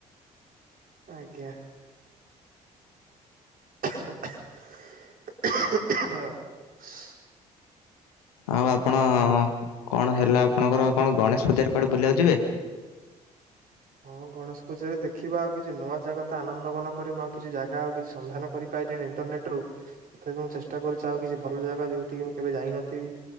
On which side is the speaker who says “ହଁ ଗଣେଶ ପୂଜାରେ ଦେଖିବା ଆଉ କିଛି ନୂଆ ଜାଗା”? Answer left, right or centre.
Right